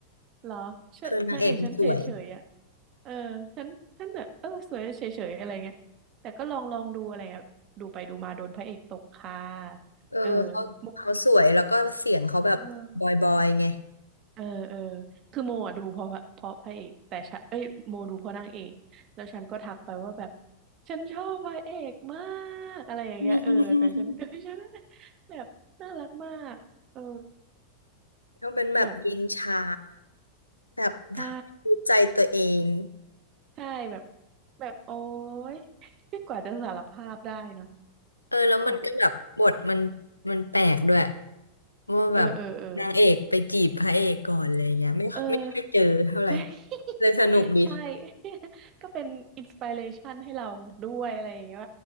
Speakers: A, on the right; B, on the left.
A: <laughs> เหรอเชยนางเอกฉันเฉยๆอ่ะ
B: คือนางเอกมันสวย
A: เออฉันฉันแบบเออสวยเฉยๆอะไรเงี้ยแต่ก็ลองลองดูอะไรเงี้ยดูไปดูมาโดนพระเอกตกค่ะ
B: เออเขาเขาสวยแล้วก็เสียงเขาแบบบอยบอยไง
A: เออโมกเออ เออเออคือโมอ่ะดูเพราะเพราะพระเอกแต่ฉันเอ้ยโมดูเพราะนางเอกแล้วฉันก็ทักไปว่าแบบฉันชอบพระเอกมากอะไรอย่างเงี้ยเออแต่ฉัน
B: <laughs>
A: <laughs> ดูฉันแบบน่ารักมากเออ
B: เขาเป็นแบบเย็นชา
A: แบบ
B: แบบ
A: ใช่
B: ดูใจตัวเอง
A: ใช่แบบแบบโอ๊ย <laughs> กว่าจะสารภาพได้เนาะ
B: เออแล้วมันก็แบบบทมัน
A: ข
B: มันแปลกด้วย
A: ำเออเออเออ
B: ว่าแบบนางเอกไปจีบพระเอกก่อนอะไรเงี้ยไม่ไม่ค่อยเจอเท่าไหร่
A: เออ <laughs>
B: เลยสนุกดี
A: ใช่ <laughs> ก็เป็นอินสปิเรชันให้เราด้วยอะไรอย่างเงี้ย